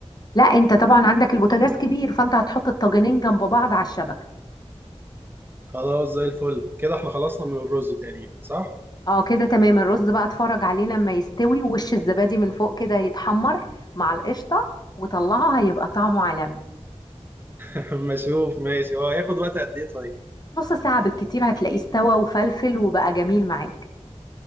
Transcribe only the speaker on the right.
خلاص زي الفل كده احنا خلصنا من الرز تقريبا صح؟
<laughs> اما اشوف ماشي هو هياخد وقت قد ايه طيب